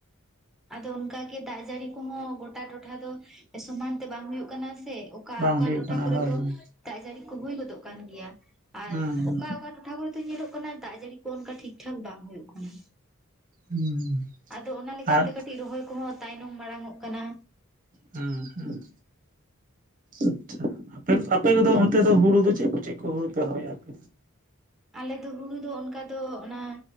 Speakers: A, in the centre; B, on the right.
A: ᱟᱫᱚ ᱚᱱᱠᱟ ᱜᱮ ᱫᱟᱜ ᱡᱟᱹᱲᱤ ᱠᱚᱦᱚᱸ ᱜᱚᱴᱟ ᱴᱚᱴᱷᱟ ᱫᱚ ᱥᱚᱢᱟᱱ ᱛᱮ ᱵᱟᱝ ᱦᱩᱭᱩᱜ ᱠᱟᱱᱟ ᱥᱮ? ᱚᱠᱟ
B: ᱵᱟᱝ
A: ᱚᱠᱟ
B: ᱦᱩᱭᱩᱜ
A: ᱴᱚᱴᱷᱟ
B: ᱠᱟᱱᱟ
A: ᱠᱚᱨᱮ
B: ᱦᱳᱭ
A: ᱫᱚ
B: ᱦᱳᱭ
A: ᱫᱟᱜ ᱡᱟᱹᱲᱤ ᱠᱚ ᱦᱩᱭ ᱜᱚᱫᱚᱜ ᱠᱟᱱ ᱜᱮᱭᱟ ᱟᱨ
B: ᱦᱩᱸ
A: ᱚᱠᱟ ᱚᱠᱟ ᱴᱚ ᱴᱷᱟ ᱠᱚᱨᱮ ᱫᱚ ᱧᱮᱞᱚᱜ ᱠᱟᱱᱟ ᱫᱟᱜ ᱡᱟᱹᱲᱤ ᱠᱚ ᱚᱱᱠᱟ ᱴᱷᱤᱠ ᱴᱷᱟᱠ ᱵᱟᱝ ᱦᱩᱭᱩᱜ ᱠᱟᱱᱟ᱾
B: ᱦᱩᱸ ᱦᱩᱸ
A: ᱟᱫᱚ ᱚᱱᱟ ᱞᱮᱠᱟᱛᱮ
B: ᱟᱨ
A: ᱠᱟᱹᱴᱤᱡ ᱨᱚᱦᱚᱭ ᱠᱚᱦᱚᱸ ᱛᱟᱭᱱᱚᱢ ᱢᱟᱲᱟᱝ ᱚᱜ ᱠᱟᱱᱟ᱾
B: ᱦᱟᱸ ᱦᱟᱸᱜ᱾ ᱟᱪᱪᱷᱟ, ᱟᱯᱮ ᱟᱯᱮ ᱠᱚᱫᱚ ᱚᱱᱛᱮ ᱫᱚ ᱦᱩᱲᱩ ᱫᱚ ᱪᱮᱫ ᱠᱚ ᱪᱮᱫ ᱠᱚ ᱦᱩᱲᱩ ᱯᱮ ᱨᱚᱦᱚᱭᱟ ᱟᱯᱮ?
A: ᱟᱞᱮ ᱫᱚ ᱦᱩᱲᱩ ᱫᱚ ᱚᱱᱠᱟ ᱫᱚ ᱚᱱᱟ